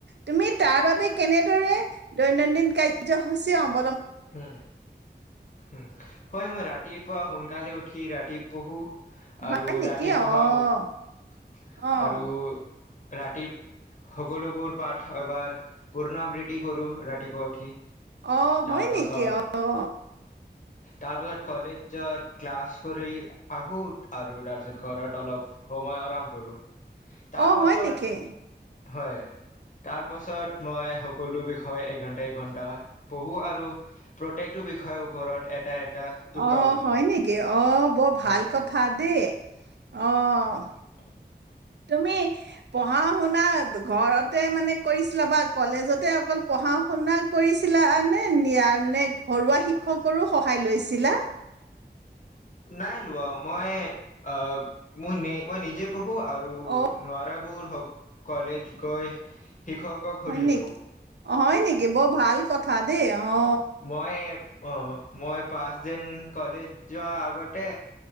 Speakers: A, on the right; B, on the left.
A: তুমি তাৰ বাবে কেনেদৰে দৈনন্দিন কাৰ্যসূচী অ
B: উম হয় মই ৰাতি ৰাতিপুৱা সোনকালে উঠি ৰাতি পঢ়ু
A: হয়
B: আৰু
A: নেকি
B: ৰাতি
A: অঁ
B: পো়হা হওক
A: অঁ
B: আৰু ৰাতি সকলোবোৰ পাঠ এবাৰ পুৰ্ণবৃত্তি কৰোঁ ৰাতিপুৱা উঠি।
A: অ
B: তাৰপাছত
A: হয় নেকি অ
B: তাৰপাছত কলেজ ক্লাছ কৰি আহো আৰু তাৰপিছত ঘৰত অলপ সময় আৰাম কৰোঁ তাৰপাছত
A: অ', হয় নেকি?
B: হয় তাৰপাছত মই সকলো বিষয় এঘন্টা এঘন্টা পঢ়ো আৰু প্ৰত্যেকটো বিষয়ৰ ওপৰত এটা এটা টোকা
A: অ',
B: বনাওঁ।
A: হয় নেকি? অ', বৰ ভাল
B: হয়,
A: কথা দেই। অ'।
B: <inaudible>
A: তুমি পঢ়া শুনা ঘৰতে মানে কৰিছিলা বা কলেজতে অকল পঢ়া শুনা কৰিছিলা নে নে ঘৰুৱা শিক্ষকৰো সহায় লৈছিলা
B: নাই লোৱা মই অ', মোৰ মই নিজে পহো আৰু
A: অ
B: নোৱাৰাবোৰ হওঁক কলেজ গৈ শিক্ষকক
A: হয়
B: সুধি
A: নেকি?
B: লওঁ।
A: অ', হয় নেকি বৰ ভাল কথা। খা দেই। অ
B: মই অহ, মই পাঁচ দিন কলেজ যোৱা আগতে